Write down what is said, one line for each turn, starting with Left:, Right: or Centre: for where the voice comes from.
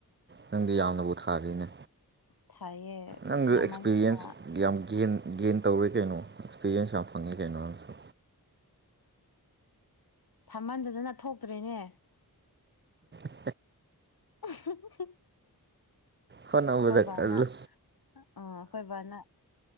Right: ꯅꯪꯗꯤ ꯌꯥꯝꯅꯕꯨ ꯊꯥꯔꯤꯅꯦ
Left: ꯊꯥꯏꯌꯦ
Right: ꯅꯪꯁꯨ
Left: ꯁꯤ ꯌꯥꯝꯃꯟꯗꯅ
Right: ꯑꯦꯛꯁꯄꯤꯔꯤꯌꯦꯟꯁ ꯌꯥꯝ ꯒꯦꯟ ꯒꯦꯟ ꯇꯧꯔꯦ ꯀꯩꯅꯣ ꯑꯦꯛꯁꯄꯤꯔ꯭ꯌꯦꯟꯁ ꯌꯥꯝ ꯐꯪꯉꯦ ꯀꯩꯅꯣ ꯅꯪꯁꯨ
Left: ꯊꯃꯟꯗꯗꯅ ꯊꯣꯛꯇ꯭ꯔꯦꯅꯦ
Right: ꯇꯠ
Left: <unintelligible>
Right: ꯍꯣꯠꯅꯕꯗ
Left: ꯑꯩꯈꯣꯏ ꯕꯥꯅ
Right: ꯀꯜꯂꯨ
Left: ꯑ ꯑꯩꯈꯣꯏ ꯕꯥꯅ